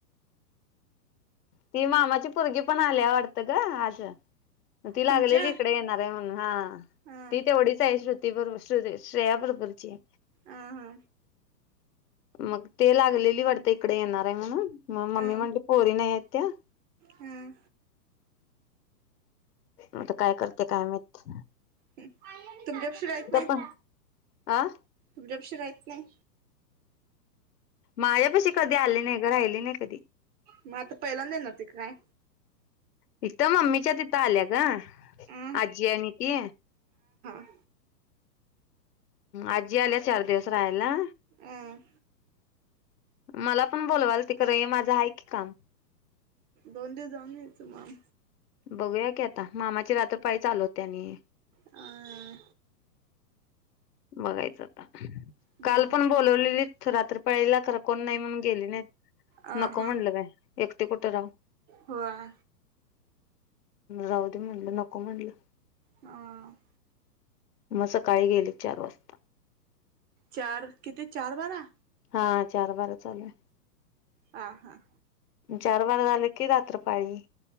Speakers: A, on the left (about 65°); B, on the right (about 20°).
A: ती मामाची पोरगी पण आल्या वाटतं गं आशा ती लागलेली
B: तुमच्या
A: इकडे येणार आहे म्हण हा.
B: हा
A: ती तेवढीच आहे श्रुती ती बरोबर शय श्रेया बरोबरची हाय.
B: आ हा
A: मग ते लागलेली वाटत इकडे येणार आहे म्हणून मग
B: हा
A: मम्मी म्हणजे पोरी नाही त्या
B: हा
A: मग आता काय करते काय माहीत
B: तुमच्यापाशी रहित नाही
A: पण आ
B: तुमच्यापशी तुला येत नाही.
A: माझ्या पशी कधी आले नाही राहिले नाही कधी?
B: मग आता पहिल्यांदा येणार होती का काय?
A: तिथं मम्मीच्या तिथं आल्या ग
B: अ
A: आजी आणि ती
B: ह.
A: आजी आल्या चार दिवस राहायला
B: हं.
A: मला पण बोलवाल तिकडे माझं आहे कि काम
B: दोन दिवस जाऊन यायचं मग
A: बघूया की आता मामाची रात्र पाळी चालू होतिया आणि
B: हां हां.
A: बघायचं आता
B: हम्म
A: काल पण बोलवलेलत रात्री पाळीला खरं कोण नाही म्हणून गेली नाही
B: अ
A: नको
B: हा
A: म्हणलं काय? एकटे कुठं राहता.
B: होय.
A: राऊदी म्हणलं नको म्हणलं.
B: हां.
A: मग सकाळी गेले चार वाजता
B: चार किती चार बारा
A: हा चार बारा चालूय.
B: हां हां.
A: चार बारा झालं कि रात्र पाळी